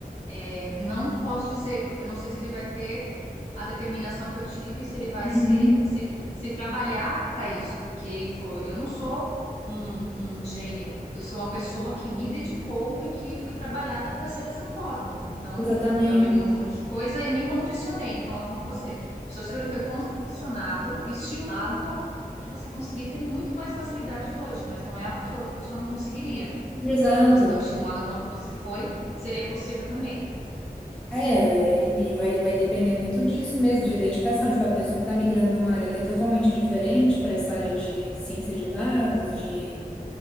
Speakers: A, on the left; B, in the centre.
A: é, não posso dizer, porque eu não sei se ele vai ter a determinação que eu tive, se ele vai
B: Uhum,
A: se, se, se trabalhar para isso, porque ele falou: eu não sou um, um gênio, eu sou uma pessoa que me dedicou e que fui trabalhada para ser dessa forma. Então,
B: Exatamente.
A: eu abri mão de um monte de coisa e me condicionei. Então, é como você: o seu cérebro ele foi condicionado, estimulado a ponto de você conseguir ter muito mais facilidade hoje, mas não é algo que outra pessoa não conseguiria.
B: Exato.
A: né? Se ela fosse tão estimulada quanto você foi, seria possível também.
B: É, é, e vai, vai depender muito disso mesmo, de dedicação. Tipo, a pessoa que está migrando de uma área que é totalmente diferente para essa área de ciência de dados, de,